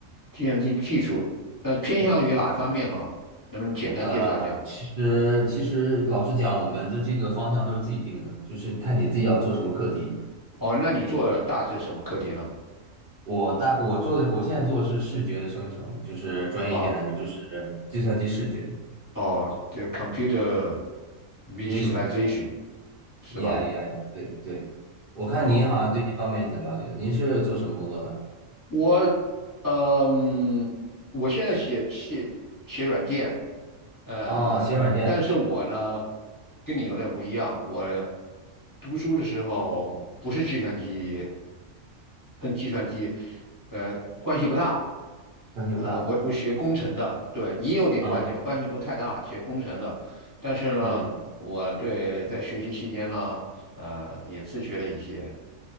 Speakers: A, on the left (about 20°); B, on the right (about 55°).
A: 计算机技术，呃，偏向于哪方面呢？
B: 对，
A: 能不能简单介绍一下？
B: 呃，其实其实老实讲，我们的这个方向都是自己定的，就是看你自己要做什么课题。
A: 哦，那你做大致什么课题呢？
B: 我大我做的，我现在做的是视觉的生成，就是专业一点来说，
A: 哦。
B: 就是计算机视觉
A: 哦，这 computer visualization
B: vision，yeah
A: 是吧？
B: yeah yeah，yeah，对对，我看您好像对这方面也挺了解的，
A: 哦，
B: 您是做什么工作的？
A: 我嗯，我现在写写写软件，呃，
B: 哦，写软件，
A: 但是我呢跟你有点不一样，我读书的时候不是计算机，跟计算机呃关系不大。
B: 问题不大。
A: 呃，我我学工程的，对，也有点关系吧，
B: 嗯
A: 关系不太大，学工程的。但是呢，
B: 嗯
A: 我对在学习期间呢，呃，也自学了一些，